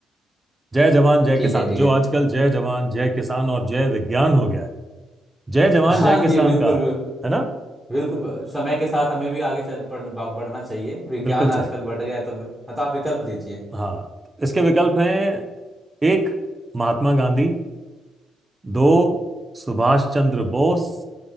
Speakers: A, on the right; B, in the centre.
A: जय जवान जय
B: ठीक
A: किसान
B: है ठीक
A: जो
B: है
A: आजकल जय जवान जय किसान और जय विज्ञान हो गया है जय जवान
B: हाँ
A: जय किसान
B: जी बिल्कुल
A: का है ना
B: बिल्कुल ब- समय के साथ हमें भी आगे चल पढ़ भाग- बढ़ना चाहिए विज्ञान
A: बिल्कुल
B: आजकल
A: सही
B: बढ़ गया है तो, तो आप विकल्प दीजिए
A: हाँ इसके विकल्प हैं एक महात्मा गांधी दो सुभाष चंद्र बोस